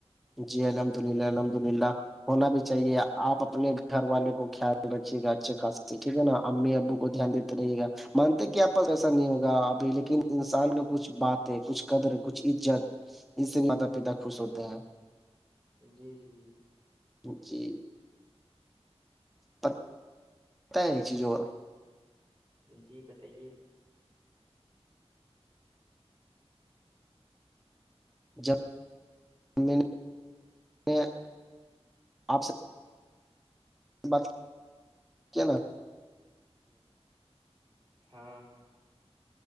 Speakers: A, in the centre; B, on the right.
A: جی الحمد للہ الحمد للہ ہونا بھی چاہیے آپ اپنے گھر والے کو خیال رکھیے گا اچھے خاص ٹھیک ہے نا امی ابو کو دھیان دیتے <unintelligible> مانتے کہ آپ پاس ایسا نہیں ہوگا ابھی لیکن انسان کا کچھ باتیں کچھ قدر کچھ عزت اس سے ماتا پتا خوش ہوتے ہیں
B: جی جی جی
A: جی <unintelligible> ت نہیںی جوور
B: جی بتائیے
A: جب <unintelligible> آپ سے بات کیا نام
B: ہاں